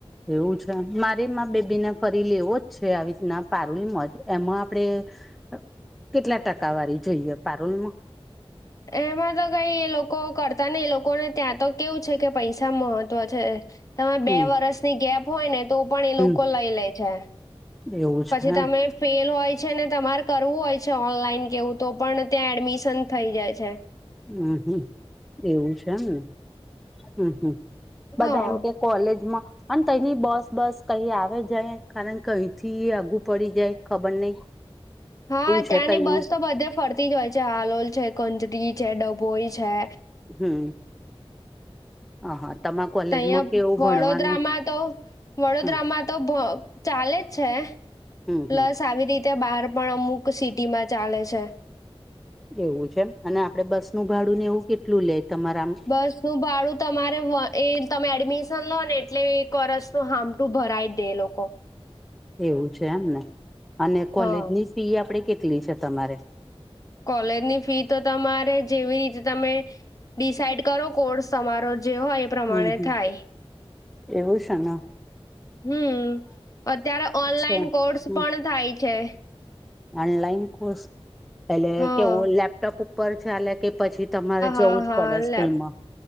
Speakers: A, in the centre; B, on the left.
A: એવું છે મારે માર બેબીને ફરી લેવો જ છે આવી રીતના પારૂલીમાંજ એમાં આપડે અહ કેટલા ટકા વાળી જોઈએ પારૂલમાં?
B: એમાં તો કઈ એ લોકો કરતા ને એ લોકોને ત્યાં તો કેવું છે કે પૈસા મહત્વ છે. તમે
A: હમ
B: બે વર્ષની ગેપ હોય ને તો પણ એ
A: હમ
B: લોકો લઈ લે છે.
A: એવું
B: પછી
A: છે હમ
B: તમે ફેલ હોય છે ને તમારે કરવું હોય છે ઓનલાઈન કેવું તો પણ ત્યાં એડમિશન થઈ જાય છે.
A: હમ્મ હમ્મ એવું છે એમને. હમ્મ હમ્મ.
B: હા
A: કોલેજમાં. અને તની બસ બસ કઈ આવે જાય કારણ કઈ થી આગું પડી જાય ખબર નઈ. <inaudible>
B: હા
A: છે
B: ત્યાંની
A: તઈનું
B: બસ તો બધે ફરતી જ હોય છે હાલોલ છે, કંજરી છે, ડભોઈ છે
A: હમ્મ. હા હા તમા કોલેજમાં
B: તહીં
A: કેવું ભણવાનું?
B: વડોદરામાં તો વડોદરામાં
A: હમ
B: તો ભ ચાલે જ છે
A: હમ
B: પ્લસ
A: હમ
B: આવી રીત ત્યાં બહાર પણ અમુક સિટીમાં ચાલે છે.
A: એવું છે અને આપડે બસ નું ભાડું ને એવું કેટલું લે તમારામ
B: બસ હું ભાડું તમારે વ એ તમે એડમિશન લો ને, એટલે એક વર્ષ તો હામટું ભરાય જ દે લોકો.
A: એવું છે, એમને અને કોલેજની
B: હા
A: ફી આપડે કેટલી છે તમારે?
B: કોલેજની ફી તો તમારે જેવી રીતે તમે ડિસાઈડ કરો, કોર્સ તમારો જે હોય. એ પ્રમાણે
A: હમ, હમ
B: થાય
A: એવું છેને.
B: હમ, અત્યારે ઓનલાઈન
A: છે
B: કોર્સ
A: હમ
B: પણ થાય છે.
A: ઓનલાઈન કોર્સ એટલે
B: હા
A: કે, લેપટોપ ઉપર ચાલે કે, પછી તમારે જવું
B: હા
A: જ
B: હા
A: પડે સ્કૂલ
B: લેબ
A: માં.